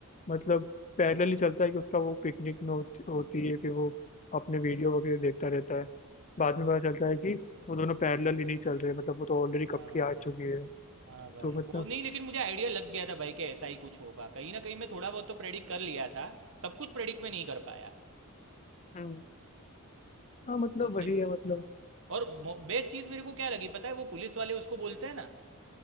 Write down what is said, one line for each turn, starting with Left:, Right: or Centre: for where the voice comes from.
Left: मतलब पैरेलल ही चलता है कि उसका वो पिकनिक में होती, होती है कि वो अपने वीडियो वगैरह देखता
Right: हाँ
Left: रहता है बाद में पता चलता है कि वो दोनों पैरेलल ही नहीं चल रहे मतलब वो तो ऑलरेडी
Right: हाँ
Left: कब की आ
Right: हाँ
Left: चुकी है
Right: हाँ भाई
Left: तो मतलब
Right: वो नहीं लेकिन मुझे आइडिया लग गया था भाई कि ऐसा ही कुछ होगा कहीं ना कहीं मैं थोड़ा बहुत तो प्रेडिक्ट कर लिया था सब कुछ प्रेडिक्ट में नहीं कर पाया
Left: हम्म हाँ मतलब
Right: लेकिन
Left: वही है मतलब
Right: हाँ और बेस्ट चीज़ मेरे को क्या लगी पता है वो पुलिस वाले उसको बोलते हैं ना